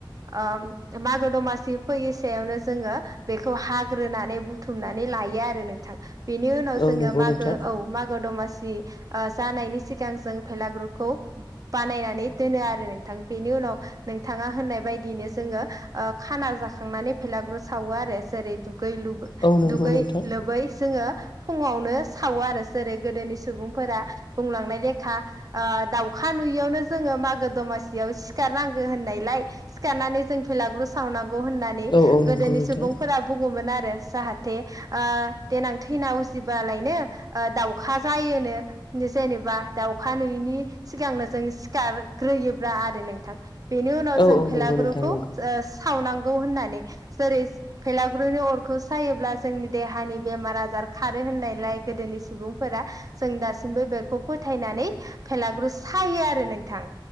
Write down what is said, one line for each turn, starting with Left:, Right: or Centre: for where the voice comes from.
Right: ओ मागो दमासि फैयै सायावनो जोङो बेखौ हाग ग्रोनानै बुथुमनानै लायो‌ आरो नोंथां बेनि उनाव
Left: औ
Right: जोङो
Left: नंगौ
Right: मागो
Left: नोंथां
Right: औ मागो दमास सि ओ जानायनि सिगां जों भेलागुरखौ बानायनानै दोनो आरो नोंथां बेनि उनाव नोंथाङा होननाय बायदिनो जोङो ओ खाना जाखांनानै भेलागुर सावो आरो जेरै दु दुगै लुगु
Left: औ नंगौ
Right: दुगै
Left: नोंथां
Right: लोबै जोङो फुङावनो सावो आरो जेरै गोदोनि सुबुंफोरा बुंलांनाय लेखा ओ दाउख खा नुयियावनो जोङो मागो दमासियाव सिखारनांगो होननायलाय सिखारनानै जों भेलागुर सावनांग गौ होननानै
Left: औ औ
Right: गोदोनि
Left: नंगौ नोंथां
Right: सुबुंफोरा बुङोमोन आरो जाहाथ थे ओ देनां थैना उजिबालायनो ओ दाउखा जायोनो नि जेनेब बा दाउखा नुयिनि सिगांनो जों सिखारग्रोयोब्ला आरो नोंथां। बेनि उनाव
Left: औ
Right: जों
Left: औ
Right: भेलागुरखौ
Left: नंगौ नोंथां नंगौ
Right: ओ सावनांग गौ होननानै जेरैस भेलागुरुनि अरखौ सायोब्ला जोंनि देहानि बेमार आजार खारो होननायलाय गोदोनि सुबुंफोरा जों दासिमबो बेखौ फोथ थायनानै भेलागुर सायो आरो नोंथां।